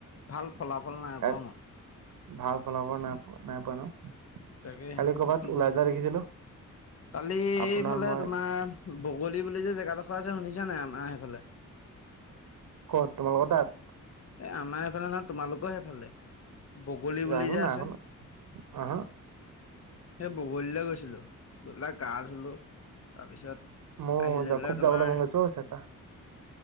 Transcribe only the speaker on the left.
ভাল ফলাফল নাই
পোৱা মই।
তাকেহে
কি কৰি
কালি
এইফালে
তোমাৰ বগলী বুলি যে জেগাডোখৰ আছে শুনিছা নাই আ মাৰ সেইফালে?
এ আমাৰ এইফালে নহয় তোমালোকৰ সেইফালে। বগলী
বুলি যে
আছে।
সেই বগলীলৈ গৈছিলো গৈ পেলাই গা ধুলো তাৰপিছত
আহি লৈ পেলাই
তোমাৰ